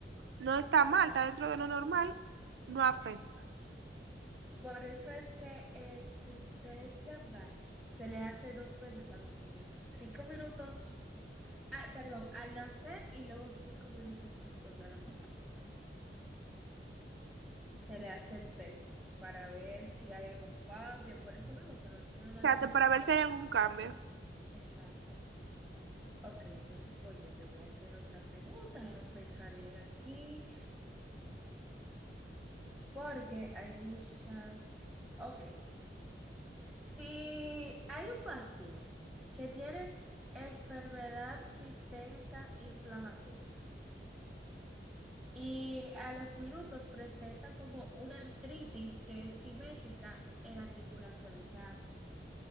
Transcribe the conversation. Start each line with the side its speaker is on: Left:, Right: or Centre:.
Right: no está mal, está dentro de lo normal, no afecta.
Centre: Por eso es que el, el test de Apgar se le hace dos veces a los niños. Cinco minutos, ah, perdón, al nacer y luego cinco minutos después de nacer. Se le hace el test para ver si hay algún cambio. Por eso mismo que los niños nacen.
Right: Trate
Centre: en
Right: para
Centre: general.
Right: ver si hay algún cambio.
Centre: Exacto. Ok, entonces voy, yo te voy a hacer otra pregunta. Déjame pensar bien aquí, porque hay muchas. Ok. Si hay un paciente que tiene enfermedad sistémica inflamatoria y a los minutos presenta como una artritis que es simétrica en articulación, o sea,